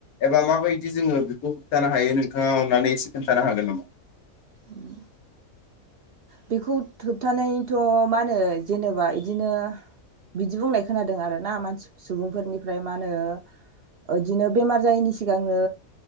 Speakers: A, on the left; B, on the right.
A: एबा माबायदि जोङो बेखौ होबथानो हायो नोंथाङा अननानै एसे खोन्थानो हागोन नामा?
B: ओम। बेखौ होबथानायथ' मा होनो जेनेबा इदिनो बिदि बुंनाय खोनादों आरोना मानसि सुबुंफोरनिफ्राय मा होनो बिदिनो बेमार जायैनि सिगांनो